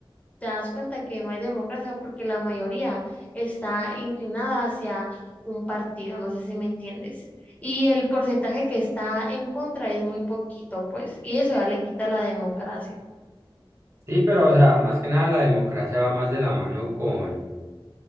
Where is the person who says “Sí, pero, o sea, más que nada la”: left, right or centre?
Right